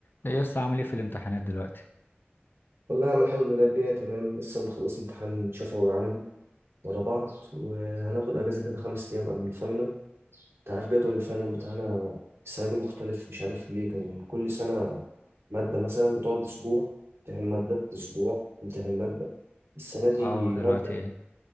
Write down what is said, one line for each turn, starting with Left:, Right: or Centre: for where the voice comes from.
Left: ايه يا اسطى عامل ايه في الامتحانات دلوقتي
Right: والله يا عم الحمد لله الدنيا تمام لسه مخلص امتحان شفوي وعملي ورا بعض وهناخد اجازه كده خمس ايام قبل الفاينل انت عارف جدول الفاينل بتاعنا السنه دي مختلف مش عارف ليه كان كل سنه ماده مثلا بتقعد اسبوع امتحان ماده اسبوع امتحان ماده السنه دي
Left: اه دلوقتي
Right: ماده
Left: ايه